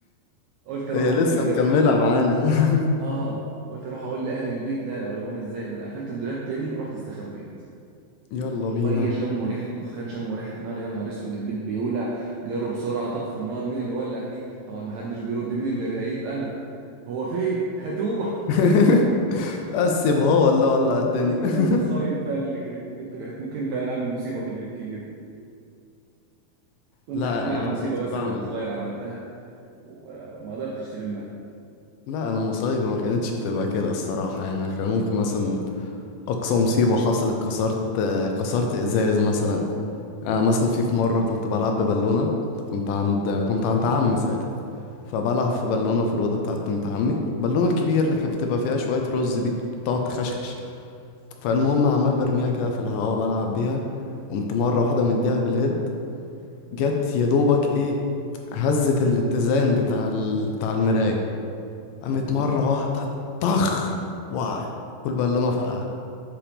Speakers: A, on the right; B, on the left.
A: قلت اروح
B: هي
A: اقول
B: لسه
A: للج...
B: مكملة معانا <laughs>
A: اه قلت اروح اقول لاهل البيت لا لا، اقول لهم ازاي ده انا قفلت الدولاب تاني ورحت استخبيت
B: يلا
A: شويه
B: بينا
A: شموا ريحه دخان شموا ريحه نار يا نهار اسود البيت بيولع جاروا بسرعه طفوا النار مين اللي ولع دي طبعا ما حدش بيرد مين اللي غايب انا هو فين هاتوه
B: <laughs> قسم هو ولا ولع
A: <laughs>
B: الدنيا
A: دي كانت
B: <laughs>
A: المصايب فعلا اللي كانت كنت كنت ممكن فعلا اعمل مصيبه في البيت كبير وانت
B: لا
A: احكي
B: يا عم
A: لي عن
B: انا
A: مصيبه
B: ما كنتش
A: مثلا
B: بعمل
A: وانت صغير عملتها و- وما قدرتش تلمها
B: لا انا مصايبه ما كانتش بتبقى كده الصراحه يعني كان ممكن مثلا اقصى مصيبه حصلت كسرت آه، كسرت ازاز مثلا آه، مثلا في في مره كنت بلعب ببالونه كنت عند كنت عند عمي ساعتها فبلعب في بالونه في الاوضه بتاعت بنت عمي بالونه الكبير اللي كانت بتبقى فيها شويه رز دي اللي بتقعد تخشخش فالمهم عمال برميها كده في الهواء بلعب بيها قمت مره واحده مديها بالهيد جت يا دوبك ايه هزت الاتزان بتاع ال... بتاع المرايه قامت
A: آه.
B: مره واحده طخ وقعت والبالونه فرقعت